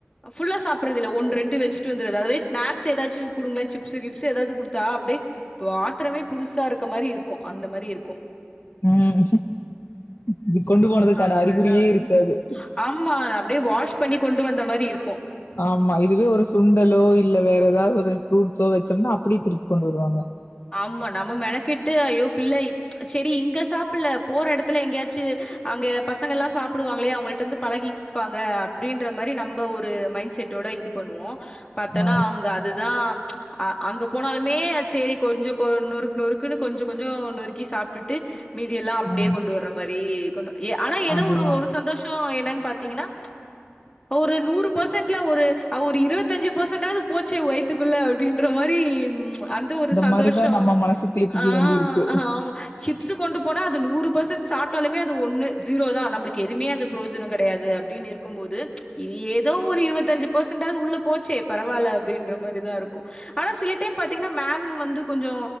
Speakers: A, on the left; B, on the left.
A: ஃபுல்லா சாப்புறது இல்ல ஒன்னு ரெண்டு வச்சிட்டு வந்துறது அதே ஸ்நாஸ் எதாவது குடுங்களே சிப்ஸ்சு கிப்ஸ்சு ஏதாது குடுத்தா அப்டியே இப்ப ஆத்திரமே புதுசா இருக்க மாறி இருக்கு அந்த மாறி இருக்கு
B: ம் இது கொண்டு போனதுக்கான
A: அந்த
B: அறிகுறியே
A: மாரிதான்
B: இருக்காது
A: ஆமா அப்டி வாஷ் பண்ணி கொண்டு வந்த மாறி இருக்கு
B: ஆமா இதுவே ஒரு சுண்டலோ இல்ல வேற ஏதது ஒரு ஃப்ரூட்ஸோ வச்சோம்னா அப்டியே திருப்பி கொண்டு வருவாங்க
A: ஆமா நம்ம மெனக்கெட்டு ஐயோ பிள்ளை செரி இங்க சாப்பில்ல போற எடத்துல எங்கேயாச்சு அங்க பசங்க எல்லா சாப்டுவாங்களே அவங்கள்ட்ட இருந்து பழகிப்பாங்க அப்டின்ற மாறி நம்ப ஒரு மைண்ட் செட்டோட இது பண்ணுவோ பாத்தனா
B: ஆ,
A: அவங்க அதுதா அங்க போனாலுமே சேரி கொஞ்ச கொ நொறுக் நொறுக்குன்னு கொஞ்ச கொஞ்ச நொறுக்கி சாப்டுட்டு மீதியெல்லா அப்டியே
B: ஆ.
A: கொண்டு வர்ற மாறி கொண்டு ஆனா ஏதோ
B: அதுதான்.
A: ஒரு சந்தோஷ என்னன்னு பாத்தீங்கன்னா ஒரு நூறு பெர்சன்ட்ல ஒரு ஒரு இருபத்ஞ்சு பெர்சன்டாவது போச்சு வயித்துக்குள்ள அப்டின் ற மாறி அந்த ஒரு சந்தோஷ
B: மாரி தான் நம்ம மனச தேத்திக்க
A: ஆ
B: வேண்டியிருக்கு.
A: ஆமா சிப்ஸ்சு கொண்டு போனா அது நூறு பெர்சன் சாப்டாலுமே அது ஒன்னு ஜீரோ தான் நம்ளுக் கு எதுமே அது புரோஜன கெடையாது அப்டினு இருக்கும் போது ஏதோ ஒரு இருபத்தஞ்சு பர்சன்டாவது உள்ள போச்சே பரவால்ல அப்டின்ற மாரி தா இருக்கு ஆனா சில டைம் பாத்தீங்கன்னா மேம் மேம் வந்து கொஞ்ச